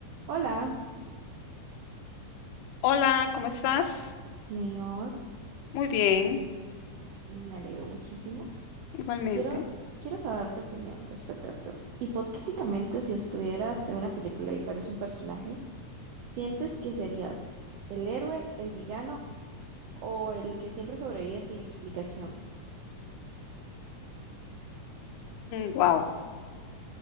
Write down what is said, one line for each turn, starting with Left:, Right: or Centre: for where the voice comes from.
Right: Hola,
Left: Hola, ¿cómo estás?
Right: Dios,
Left: Muy bien,
Right: me alegro muchísimo.
Left: igualmente.
Right: Quiero, quiero saber tu opinión respecto a esto. Hipotéticamente, si estuvieras en una película y fueras un personaje, ¿sientes que serías el héroe, el villano o el que siempre sobrevive sin explicación?
Left: wow.